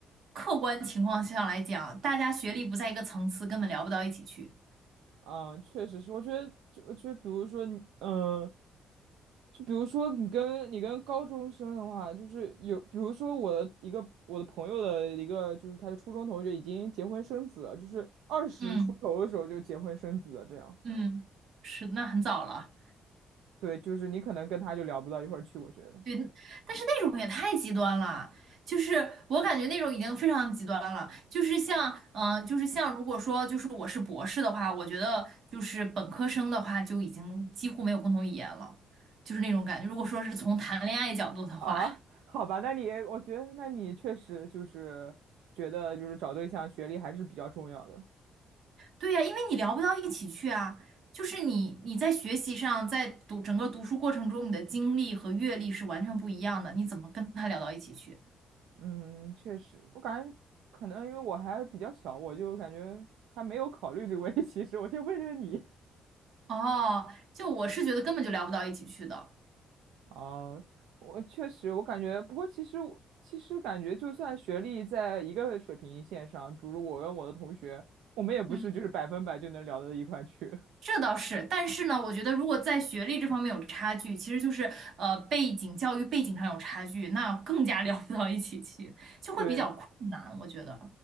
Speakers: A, on the right; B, on the right.
A: 客观情况下来讲，大家学历不在一个层次，根本聊不到一起去。
B: 啊、确实是，我觉得就就比如说你，嗯、就比如说你跟你跟高中生的话，就是有，比如说我的一个我的朋友的一个，就是他的初中同学已经结婚生子了，就是二十出头的时候就结婚生子了，
A: 嗯
B: 这样。
A: 嗯，是，那很早了。
B: 对，就是你可能跟他就聊不到一块儿去，我觉得。
A: 对，但是那种也太极端了，就是我感觉那种已经非常极端了。就是像，嗯、就是像，如果说就是我是博士的话，我觉得就是本科生的话就已经几乎没有共同语言了，就是那种感觉。如果说是从谈恋爱角度的话，
B: 啊，好吧，那你我觉得那你确实就是觉得就是找对象学历还是比较重要的。
A: 对呀、因为你聊不到一起去啊。就是你你在学习上，在读整个读书过程中，你的经历和阅历是完全不一样的，你怎么跟他聊到一起去？
B: 嗯，确实，我感觉可能因为我还比较小，我就感觉还没有考虑这个问题。其实我先问问你。
A: 哦，就我是觉得根本就聊不到一起去的。
B: 啊，我确实，我感觉，不过其实我其实感觉，就算学历在一个水平线上，比如我跟我的同学，我们也不是就是百分百就能聊到一块去。
A: 嗯。这倒是，但是呢，我觉得如果在学历这方面有差距，其实就是呃背景、教育背景上有差距，那更加 <laughs> 聊不到一起去，就会比较困难。
B: <laughs> 对，
A: 我觉得